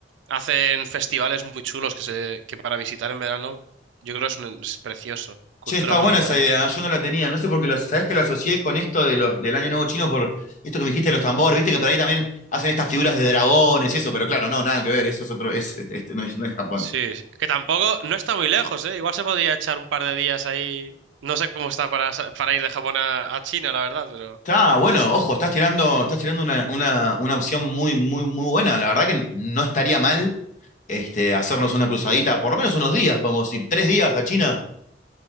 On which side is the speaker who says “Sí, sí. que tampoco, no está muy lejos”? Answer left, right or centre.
Right